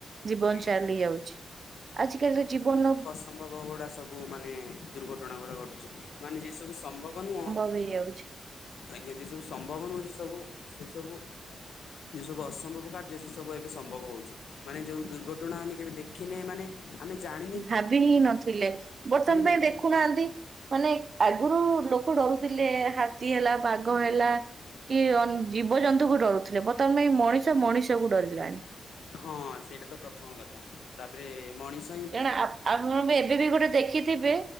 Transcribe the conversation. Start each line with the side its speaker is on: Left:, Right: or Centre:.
Right: ଜୀବନ
Left: ଆଜ୍ଞା
Right: ଚାଲି ଯାଉଛି ଆଜି କାଲିରେ ଜୀବନର।
Left: ସମ୍ଭବ ଗୁଡା ସବୁ ମାନେ ଦୁର୍ଘଟଣା ଗୁଡା ଘଟୁଛି ମାନେ ଯିଏ ସବୁ ସମ୍ଭବ ନୁହଁ।
Right: ହୋଇଯାଉଛି।
Left: ଆଜ୍ଞା ଯିଏ ସବୁ ସମ୍ଭାବ ନୁହେଁ ସେ ସବୁ ସେ ସବୁ। ଯିଏ ସବୁ ଅସମ୍ଭବ କାର୍ଯ୍ୟ ସେ ସବୁ ଏବେ ସମ୍ଭବ ହଉଛି। ମାନେ ଯୋଉ ଦୁର୍ଘଟଣା ଆମେ କେବେ ଦେଖିନେ ମାନେ ଆମେ ଜାଣି
Right: ଭାବି ହିଁ ନଥିଲେ ବର୍ତ୍ତମାନ
Left: ନଥିଲେ
Right: ପାଇଁ ଦେଖୁନାହାନ୍ତି ମାନେ ଆଗୁରୁ ଲୋକ ଡରୁଥିଲେ ହାତୀ ହେଲା ବାଘ ହେଲା କି ଅନ୍ ଜୀବଜନ୍ତୁକୁ ଡରୁଥିଲେ ବର୍ତ୍ତମାନ ପା ଏଇ ମଣିଷ ମଣିଷକୁ ଡରିଲାଣି।
Left: ହଁ ସେଇଟା ତ ପ୍ରଥମ କଥା ତାପରେ ମଣିଷ୍
Right: କାରଣ ଆପ ଆପଣ ପା ଏବେ ବି ଗୋଟେ ଦେଖି ଥିବେ